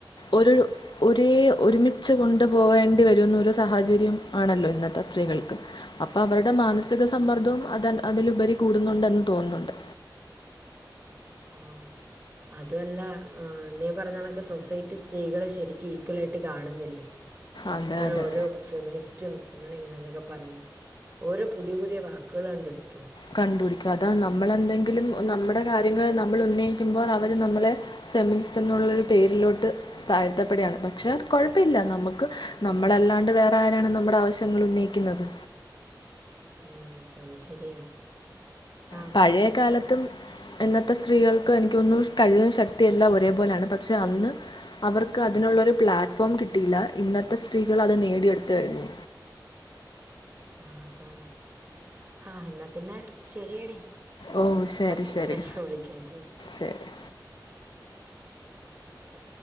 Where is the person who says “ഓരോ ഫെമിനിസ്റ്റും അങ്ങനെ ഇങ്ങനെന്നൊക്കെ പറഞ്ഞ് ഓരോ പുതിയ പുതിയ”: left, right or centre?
Right